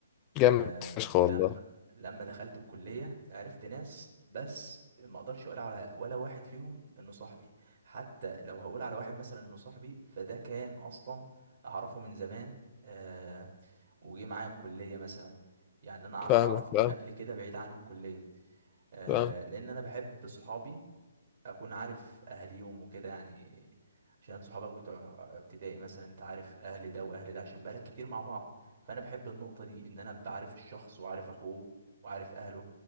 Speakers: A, on the right; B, on the left.
A: آه
B: جامد فشخ
A: ولما
B: والله
A: لما دخلت الكلية عرفت ناس بس ما اقدرش اقول على ولا واحد فيهم انه صاحبي حتى لو هقول على واحد مثلا انه صاحبي فده كان اصلا اعرفه من زمان آه وجه معايا الكلية مثلا يعني انا
B: فاهمك
A: اعرفه من
B: فاهم
A: قبل كده بعيد عن الكلية آه
B: فاهم
A: لان انا بحب صحابي اكون عارف اهاليهم وكده يعني عشان صحابك بتوع ابتدائي مثلا انت عارف اهل ده واهل ده عشان بقالك كتير مع بعض فانا بحب النقطة دي ان انا ابقى عارف الشخص وعارف اخوه وعارف اهله